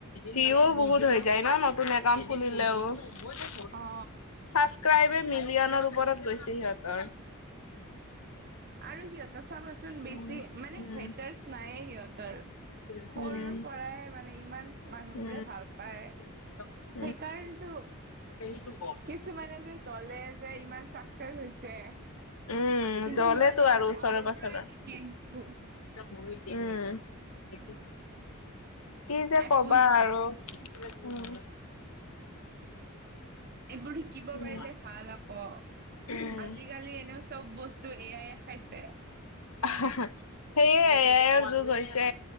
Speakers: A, on the left; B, on the right.
A: ভিউ বহুত হৈ যায় ন নতুন একাউণ্ট খুলিলেও। ছাবস্ক্ৰাইবাৰ
B: অ
A: মিলিয়নৰ ওপৰত গৈছে সিহঁতৰ।
B: আৰু সিহঁত চাবাচোন বেছি
A: উম,
B: মানে
A: উম।
B: হেটাৰ, নায়ে সিহঁত আৰু
A: উম,
B: সৰুৰ পৰাই মানে ইমান মানুহ
A: উম,
B: বোৰে ভাল পায়।
A: <inaudible>
B: সেইকাৰণেটো।
A: সেইটো ক
B: কিছুমানে যে জ্বলে যে ইমান ছাবস্ক্ৰাইব হৈছে,
A: উম,
B: কিন্তু
A: জ্বলেতো
B: সিহঁতৰ
A: আৰু
B: আমি
A: ওচৰে
B: আগৰ
A: পাজৰে।
B: পৰাই দেখি আহিছো।
A: উম, কি যে
B: একো
A: কবা
B: না
A: আৰু উম,
B: এইবোৰে শিকিব
A: উম,
B: পাৰিলে ভাল আকৌ
A: উম।
B: আজিকালি এনেও চব বস্তু এ আই খাইছে।
A: হা হা সেয়ে এ আই ৰ যুগ হৈছে